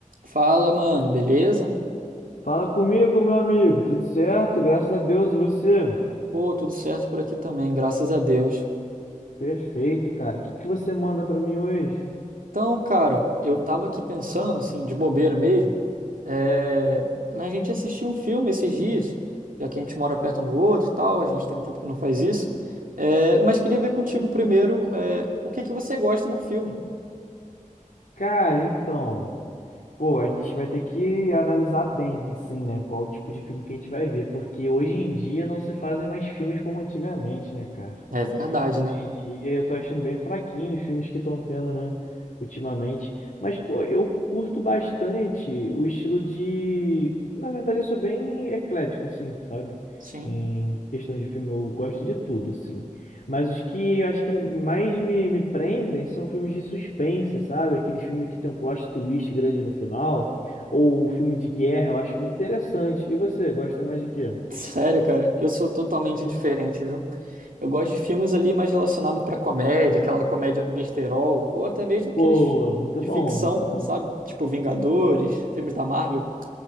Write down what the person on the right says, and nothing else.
Fala, mano, beleza?
Pô, tudo certo por aqui também, graças a Deus.
Então, cara, eu tava aqui pensando, assim, de bobeira mesmo, é... na gente assistir um filme esses dias, já que a gente mora perto um do outro e tal, a gente tem tempo que não faz isso, é... mas queria ver contigo
primeiro, é... o que que você gosta num filme.
É verdade, né?
Sim.
Sério, cara, eu sou totalmente
diferente, viu? Eu gosto de filmes ali mais relacionados pra comédia, aquela comédia besterol, ou até mesmo aqueles
filmes
de
ficção,
sabe? Tipo Vingadores, filmes da Marvel.